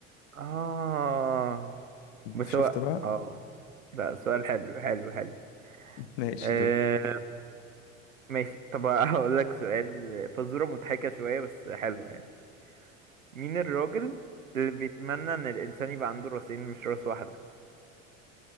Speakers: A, on the right; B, on the left.
A: اه بس
B: شفت
A: هو
B: بقى
A: اه لا سؤال حلو حلو حلو
B: <laughs> ماشي
A: آه
B: دول
A: ماشي طب هقول لك سؤال فزورة مضحكة شوية بس حلوة يعني مين الراجل اللي بيتمنى ان الانسان يبقى عنده راسين مش راس واحدة